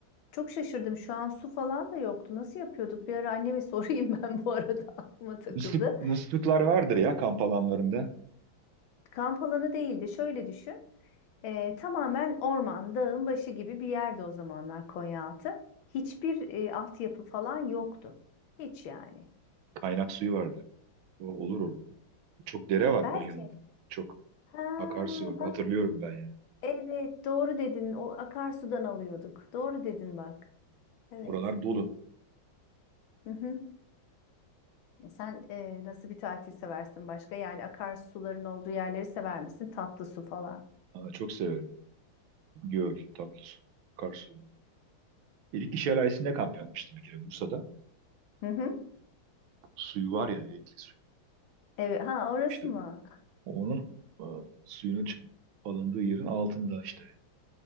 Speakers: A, on the left (about 75°); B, on the right (about 80°).
A: Çok şaşırdım. Şu an su falan da yoktu. Nasıl yapıyorduk? Bir ara anneme <laughs> sorayım ben bu arada aklıma takıldı.
B: Musluk, musluklar vardır ya kamp alanlarında.
A: Kamp alanı değildi. Şöyle düşün. Ee, tamamen orman, dağın başı gibi bir yerde o zamanlar Konyaaltı. Hiçbir e, altyapı falan yoktu. Hiç yani.
B: Kaynak suyu vardı. O olur orada. Çok dere var
A: Belki.
B: Konya'nın. Çok
A: Ha
B: akarsu
A: bak.
B: var. Hatırlıyorum ben yani.
A: Evet doğru dedin. O akarsudan alıyorduk. Doğru dedin bak. Evet.
B: Oralar dolu.
A: Hı Sen e, nasıl bir tatil seversin başka? Yani akarsuların olduğu yerleri sever misin? Tatlı su falan.
B: Ha, çok severim. Göl, tatlı su, akarsu. Erikli Şelalesi'nde kamp yapmıştım bir kere Bursa'da.
A: Hı hı.
B: Suyu var ya Erikli suyu.
A: Evet. Ha orası
B: İşte
A: mı?
B: onun e, suyunun çık- alındığı yerin altında işte